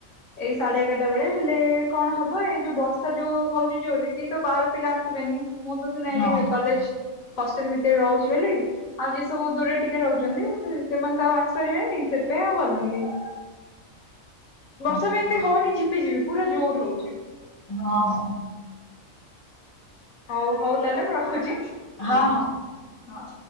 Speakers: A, on the left; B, on the left.
A: ଏଇ ସାଢେ ଏଗାରଟା ବେଳେ ହେଲେ କଣ ହବ ଏଇ ଯୋଉ ବର୍ଷା ଯୋଉ ହୋଉଚି ଜୋରେ କେହି ତ ବାହାରୁ ପିଲା ଆସିବେନି ମୁଁ ତ ନାଇଁ
B: ହଁ
A: ଏଠି କଲେଜ ହଷ୍ଟେଲ ଭିତରେ ରହୁଚି ବୋଲି ଆଉ ଯିଏ ସବୁ ଦୂରରେ ଟିକିଏ ରହୁଚନ୍ତି। ସେମାନେ ତ ଆଉ ଆସିପାରିବେନି। ସେଥିପାଇଁ ଆଉ ଗଲୁନି କେହି। ବର୍ଷା
B: ଆଚ୍ଛା
A: ବି ଏମିତି ହୋଉନି ଝିପି ଝିପି। ପୁରା ଜୋରେ ହୋଉଚି।
B: ହଁ ହଁ।
A: ହଉ ହଉ ତାହେଲେ ମୁଁ ରଖୁଚି।
B: ହଁ ହଁ।
A: ହ।